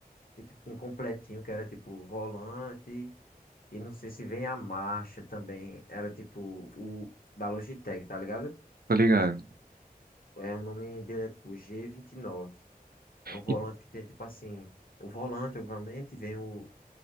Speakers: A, on the left; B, on the right.
A: e tipo, um completinho que era tipo volante. E não sei se vem a marcha também. Era tipo o da Logitech, tá ligado?
B: tô ligado.
A: É, o nome dele é tipo g vinte e nove É um volante
B: E-
A: que tem tipo assim. O volante, obviamente, vem o,